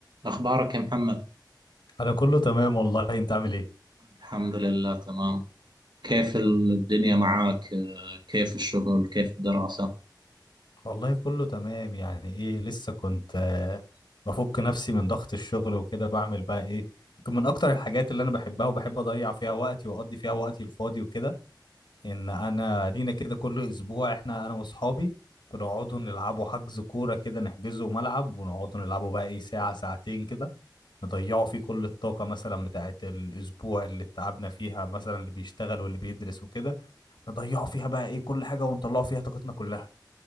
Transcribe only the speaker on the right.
أخبارك يا محمد؟
الحمد لله تمام كيف الدنيا معاك؟ آه، كيف الشغل؟ كيف الدراسة؟